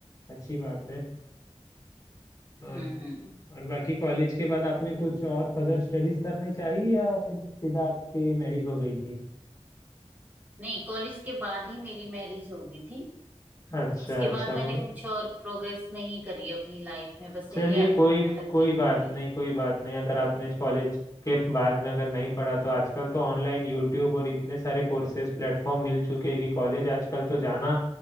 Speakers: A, on the left; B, on the right.
A: अच्छी बात है और
B: हम्म
A: और बाकी कॉलेज के बाद आपने कुछ और फर्दर स्टडीज करनी चाहिए या फिर सीधा आपकी मैरिज हो गई थी
B: नहीं कॉलेज के बाद ही मेरी मैरिज हो गई थी
A: अच्छा
B: उसके
A: अच्छा
B: बाद
A: म-
B: मैंने कुछ और प्रोग्रेस नहीं करी अपनी लाइफ में बस
A: चलिए
B: यही अटक
A: कोई कोई
B: गई थी
A: बात
B: कि-
A: नहीं कोई बात नहीं अगर आपने कॉलेज के बाद में अगर नहीं पढ़ा तो आजकल तो ऑनलाइन यूट्यूब और इतने सारे कोर्सेज प्लेटफॉर्म मिल चुके हैं कि कॉलेज आजकल तो जाना